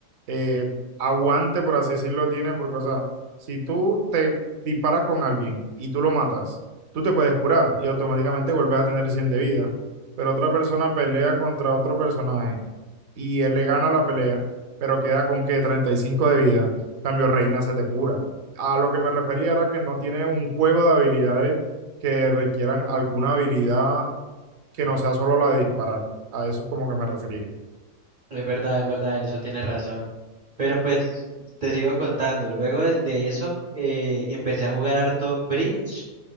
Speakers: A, on the right (about 80°); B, on the right (about 45°).
A: eh, aguante, por así decirlo, tiene. Porque, o sea, si tú te disparas con alguien y tú lo matas, tú te puedes curar y automáticamente vuelves a tener 100 de vida. Pero otra persona pelea contra otro personaje y él le gana la pelea, pero queda con que 35 de vida. En Cambio Reina se te cura. A lo que me refería era que no tiene un juego de habilidades que requieran alguna habilidad que no sea solo la de disparar. A eso es como que me refería.
B: es verdad, es verdad, en eso tienes razón. Pero pues te sigo contando. Luego de, de eso eh, empecé a jugar harto Bridge